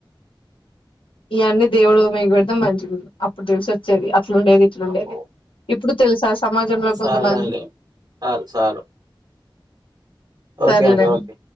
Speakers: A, on the left; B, on the right.
A: ఇవన్నీ దేవుడు మీకు పెడుతే మంచిగా అప్పుడు తెలిసి వచ్చేది అట్లు ఉండేది ఇట్లు ఉండేది
B: అబ్బో
A: ఇప్పు ఇప్పుడు తెలుసా సమాజంలో
B: సాలు
A: కొంతమంది
B: కానీలే చాలు చాలు ఓకే
A: సర్లేండి
B: అండి ఓకే